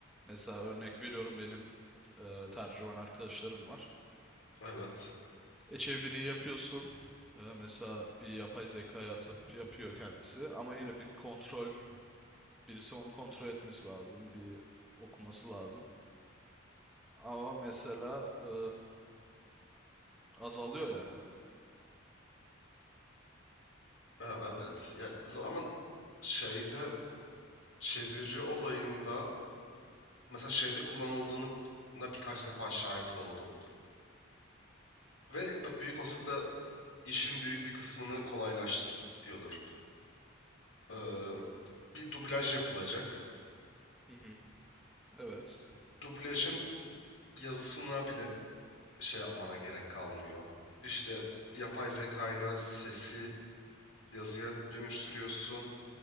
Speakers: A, in the centre; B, on the left.
A: Mesela örnek veriyorum benim e, tercüman arkadaşlarım var.
B: evet.
A: E çeviri yapıyorsun. E, mesela bir yapay zekaya atıp yapıyor kendisi. Ama yine bir kontrol, birisi onu kontrol etmesi lazım. Bir okuması lazım. Ama mesela e, azalıyor yani.
B: E, evet. Ya z- ama şeyde çeviri olayında mesela şeyde kullanıldığını na birkaç defa şahit oldum. Ve b- büyük olasılıkla işin büyük bir kısmını kolaylaştırıyordur. Ee, bir dublaj yapılacak.
A: Hı hı. Evet,
B: Dublajın yazısına bile şey yapmana gerek kalmıyor. İşte yapay zeka ile sesi yazıya dönüştürüyorsun.